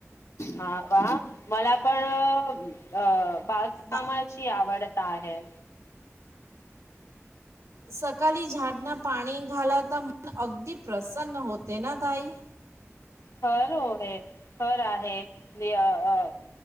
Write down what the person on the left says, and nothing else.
हा का, मला पण, अ बागकाम
ची आवडता आहे.
खर होवे, खर आहे. दि अ अ